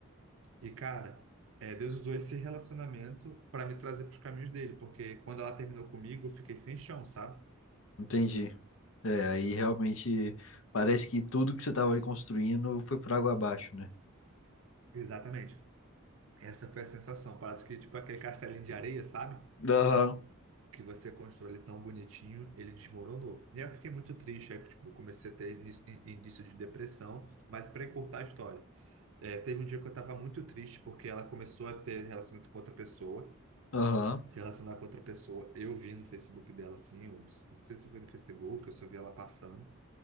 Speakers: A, on the right (about 65°); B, on the left (about 65°).
A: E, cara, é, Deus usou esse relacionamento para me trazer para os caminhos dele, porque quando ela terminou comigo, eu fiquei sem chão, sabe?
B: Entendi. É, aí realmente
A: Eu-
B: parece que tudo que você tava ali construindo foi por água abaixo, né?
A: exatamente. Essa foi a sensação. Parece que, tipo, aquele castelinho de areia, sabe?
B: Aham,
A: Que você constrói ele tão bonitinho, ele desmoronou. E aí eu fiquei muito triste, aí, tipo, comecei a ter início, início de depressão, mas para encurtar a história. É, teve um dia que eu estava muito triste porque ela começou a ter relacionamento com outra pessoa
B: aham.
A: se relacionar com outra pessoa. Eu vi no Facebook dela, assim, eu não sei se foi no Facebook, eu só vi ela passando,